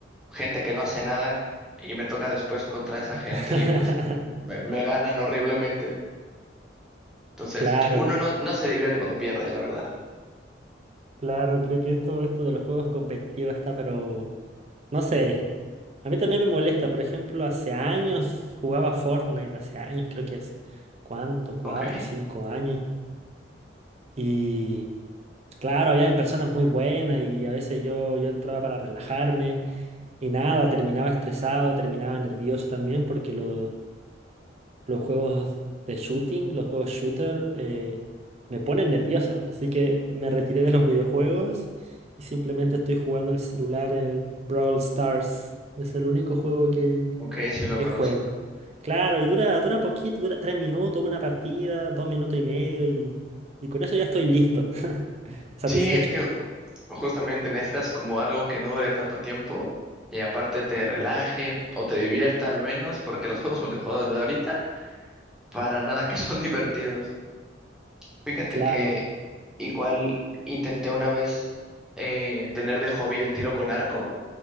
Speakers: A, in the centre; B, on the right.
A: gente que no hace nada y me toca después contra esa
B: <laughs>
A: gente y pues me, me ganan horriblemente. Entonces,
B: Claro.
A: uno no, no se divierte cuando pierde, la verdad.
B: Claro, creo que esto, esto de los juegos competitivos está, pero no sé. A mí también me molesta. Por ejemplo, hace años jugaba Fortnite, hace años, creo que hace, ¿cuánto? Cuatro,
A: Ok,
B: cinco años. Y claro, había personas muy buenas y a veces yo, yo entraba para relajarme y nada, terminaba estresado, terminaba nervioso también porque lo- los juegos de shooting, los juegos shooter, eh, me ponen nervioso. Así que me retiré de los videojuegos y simplemente estoy jugando en el celular el Brawl Stars. Es el único juego que,
A: ok, sí lo
B: que
A: conozco.
B: juego. Claro, y dura, dura poquito, dura tres minutos, una partida, dos minutos y medio y, y con eso ya estoy listo, <laughs> satisfecho.
A: Sí, es que justamente necesitas como algo que no dure tanto tiempo y aparte te relaje o te divierta al menos, porque los juegos multijugadores de ahorita para nada que son <laughs> divertidos. Fíjate
B: Claro.
A: que igual intenté una vez eh, tener de hobby el tiro con arco,